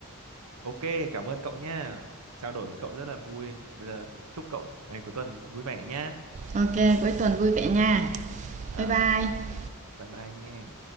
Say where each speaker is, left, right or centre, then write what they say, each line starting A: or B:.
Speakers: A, on the right; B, on the right.
A: ok cảm ơn cậu nha trao đổi với cậu rất là vui bây giờ chúc cậu ngày cuối tuần vui vẻ nhá
B: ok cuối tuần vui vẻ nha
A: Ờ,
B: bye bye
A: bye bye nha